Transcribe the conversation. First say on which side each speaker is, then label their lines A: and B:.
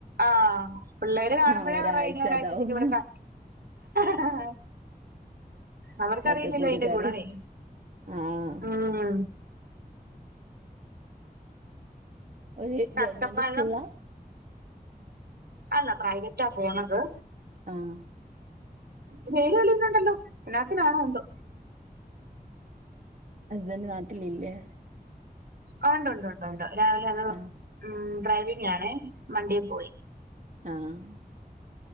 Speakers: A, on the right (about 70°); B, on the right (about 50°).
A: ആഹ് പിള്ളേര് കാണുമ്പഴേ
B: ആഹ് ഒരാഴ്ച
A: പറയും ഇനി ഒരാഴ്ച്ചത്തേക്ക്
B: അതാവും
A: ഇവടെ ക ആഹ് അവർക്കറിയില്ലല്ലോ
B: ചക്കക്കുരു
A: അയിന്റെ
B: കറി
A: ഗുണമേ
B: ആഹ്
A: ഉം
B: ഓല്
A: ചക്കപ്പഴം
B: ഗവൺമെന്റ് സ്കൂള്ലാ
A: അല്ല പ്രൈവറ്റാ പോണത്
B: ആഹ്
A: <unintelligible> എന്നാത്തിനാണോ എന്തോ
B: ഹസ്ബന്റ് നാട്ടിലില്ലേ
A: ആഹ് ഉണ്ട്ണ്ട് ഉണ്ട് രാവിലെ അത്
B: ആഹ്
A: ഉം ഡ്രൈവിംങ്ങാണെ വണ്ടീ പോയി
B: ആഹ്